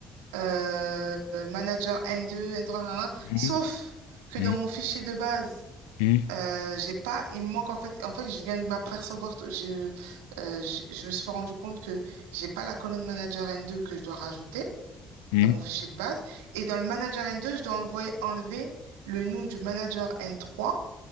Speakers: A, on the right (about 85°); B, on the left (about 80°).
A: euh, euh, manager N2, N3, nanana,
B: Hmm.
A: sauf que
B: Hmm.
A: dans
B: Hmm.
A: mon fichier de base,
B: Hmm. hmm,
A: euh, j'ai pas, il me manque en fait, en fait, je viens de m'apercevoir, je, euh, je, je me suis rendu compte que j'ai pas la colonne manager N2 que je dois rajouter
B: hmm,
A: dans mon fichier de base. Et dans le manager N2, je dois enlever, enlever le nom du manager N3